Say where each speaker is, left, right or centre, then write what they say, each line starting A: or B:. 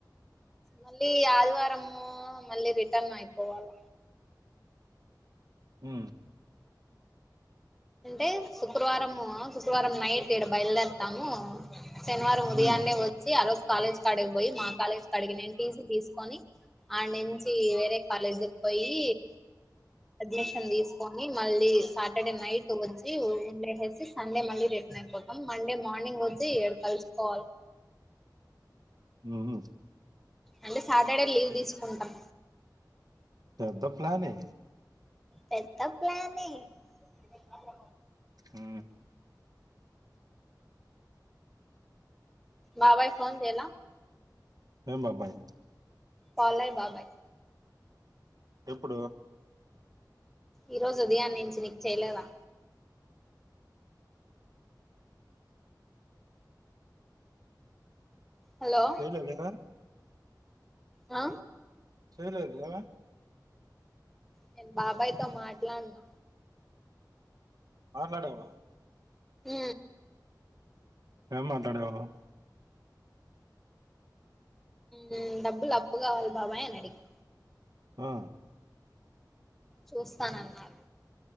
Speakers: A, in the centre; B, on the right.
A: మళ్ళీ ఆదివారము మళ్ళీ రిటర్న్ అయిపోవాల
B: ఊ
A: అంటే శుక్రవారము శుక్రవారం నై ఈడ బయలుదేరతాము శనివారం ఉదయాన్నే
B: హ్మ్.
A: వచ్చి ఆరోజు కాలేజ్ కడిగిపోయి మా కాలేజ్ కడిగి నేను టీసీ తీసుకొని ఆడ్ నుంచి వేరే కాలేజ్ పోయి అడ్మిషన్ తీసుకొని మళ్ళీ సాటర్డే నైట్ వచ్చి ఉండేహెసి సండే మళ్ళీ రి నయిపోతం మండే మార్నింగ్ వచ్చి ఏడు కలుసుకోవాలి
B: నుహు
A: అంటే సాటర్డే లీవ్ తీసుకుంటాం.
B: పెద్ద ప్లానే
A: పెద్ద ప్లానే ఉహ్హు
B: ఆ
A: మాబాయి ఫోన్ చేలా
B: ఏం బబాయ్
A: పాలయ్ బాబాయ్
B: ఎప్పుడు
A: ఈరోజు ఉదయా నుంచి నీకు చేయలేదా? హలో
B: చేయలేదా
A: ఆ
B: చేయలేదా
A: నేను బాబాయ్తో మాట్లాడను
B: ఆ మేడమా?
A: మ్
B: ఏం మాట్లాడవా?
A: మ్ డబ్బులు అప్పు కావాలి బాబాయ్ అని అడిగే
B: ఆ
A: చూస్తాన అన్నారు